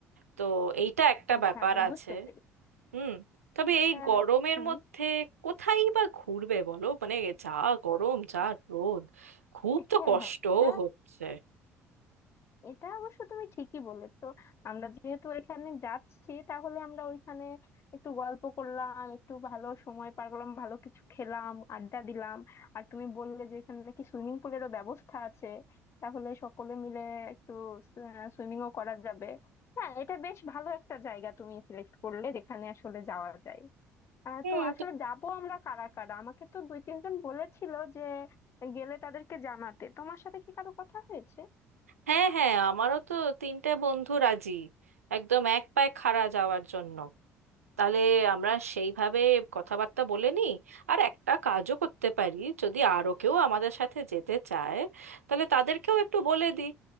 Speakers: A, on the right; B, on the left.
A: তো এইটা একটা
B: আচ্ছা
A: ব্যাপার
B: আমি
A: আছে
B: বুঝতে পেরেছি
A: হুম তবে এই
B: আহ,
A: গরমের
B: হুম
A: মধ্যে কোথায় বা ঘুরবে বলো মানে যা গরম যা রোদ খুব তো
B: হ্যাঁ
A: কষ্টও
B: হ্যাঁ এটা
A: হচ্ছে
B: এটা অবশ্য তুমি ঠিকই বলেছো আমরা যেহেতু এখানে যাচ্ছি তাহলে আমরা ওইখানে একটু গল্প করলাম একটু ভালো সময় পার করলাম ভালো কিছু খেলাম আড্ডা দিলাম আর তুমি বললে যে এখানে নাকি সুইমিং পুলেরও ব্যবস্থা আছে তাহলে সকলে মিলে একটু সুইমিংও করা যাবে হ্যাঁ এটা বেশ ভালো একটা জায়গা তুমি সিলেক্ট করলে যেখানে আসলে যাওয়া যায় আহ,
A: হুম
B: তো আসলে যাবো আমরা কারা কারা আমাকে তো দুই তিনজন বলেছিল যে গেলে তাদেরকে জানাতে তোমার সাথে কি কারো কথা হয়েছে
A: হ্যাঁ হ্যাঁ আমারও তো তিনটে বন্ধু রাজি একদম এক পায়ে খাড়া যাওয়ার জন্য তাহলে আমরা সেইভাবে কথাবার্তা বলে নিই আর একটা কাজও করতে পারি যদি আরও কেউ আমাদের সাথে যেতে চায় তাহলে তাদেরকেও একটু বলে দিই